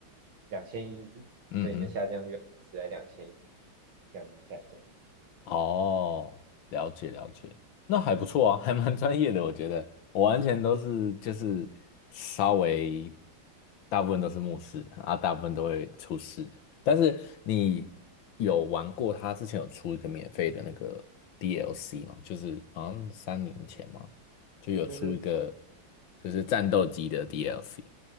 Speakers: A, on the right; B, on the left.
A: 两千一，
B: 嗯哼，
A: 所以你的下降率是在两千一，这样子下降。
B: 哦，了解了解，那还不错啊，<laughs> 还蛮专业的，我觉得我完全都是就是稍微大部分都是牧师啊，大部分都会出师。但是你有玩过他之前有出一个免费的那个 DLC 吗？就是好像三年前嘛，就有出一个
A: 就是
B: 就是战斗机的 DLC。